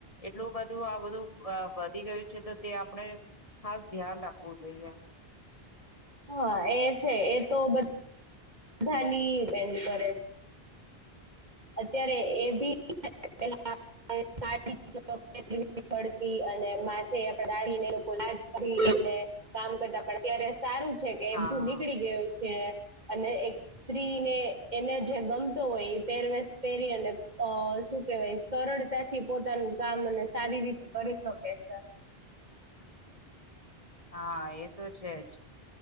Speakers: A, on the left; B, on the right.
A: એટલું બધું આ બધું વધી ગયું છે. તો તે આપણે હા ધ્યાન આપ ખવું જઈએ.
B: હા એ છે એ તો બધ ધાની વેન્ડ કરે. અત્યારે એ ભી <unintelligible> માથે દા <unintelligible> કરી કામ કરતા ત્યારે સારું છે કે એ
A: હા
B: બધું નીકળી ગયું. અને એક સ્ત્રીને એને જે ગમ હોય પહેરવેશ પહેરી અને અ શું કેવાય સરળતા થી પોતાનું કામ અને સારી રીતે કરી શકે છે.
A: હા એ. તો છે જ.